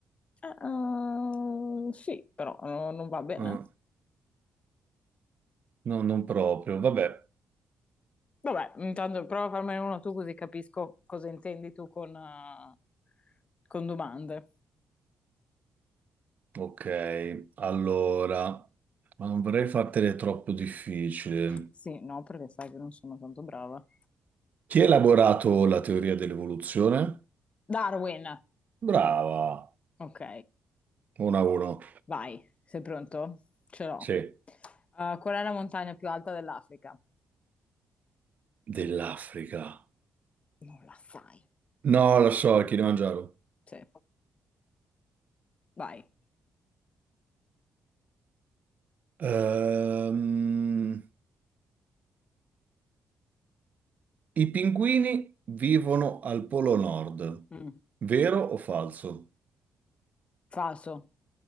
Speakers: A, on the left; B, on the right.
A: Eh, eh, sì, però no- non va bene.
B: Ah, no, non proprio. Vabbè.
A: Vabbè, intanto prova a farmene uno tu così capisco cosa intendi tu con, eh, con domande.
B: Ok, allora, ma non vorrei fartele troppo difficile.
A: Sì, no, perché sai che non sono tanto brava.
B: Chi ha elaborato la teoria dell'evoluzione?
A: Darwin,
B: Brava.
A: ok,
B: 1 a 1.
A: vai, sei pronto? Ce l'ho.
B: Sì,
A: Eh, qual è la montagna più alta dell'Africa?
B: dell'Africa.
A: Non la sai.
B: No, lo so, il Kilimangiaro.
A: Sì, vai.
B: Ehm, i pinguini vivono al Polo Nord.
A: Mm.
B: Vero o falso?
A: Falso.